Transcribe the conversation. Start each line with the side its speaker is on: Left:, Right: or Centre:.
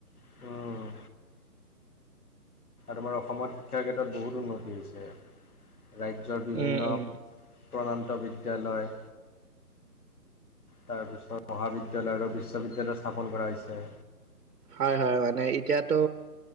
Left: উম আমাৰ অসমত শিক্ষাৰ ক্ষেত্ৰত বহুত উন্নতি হৈছে, ৰাজ্যৰ বিভিন্ন
Right: উম, উম,
Left: প্ৰনন্ত বিদ্যালয়। তাৰপিছত মহাবিদ্যালয় আৰু বিশ্ববিদ্যালয় স্থাপন কৰা হৈছে।
Right: হয়-হয় মানে এতিয়াতো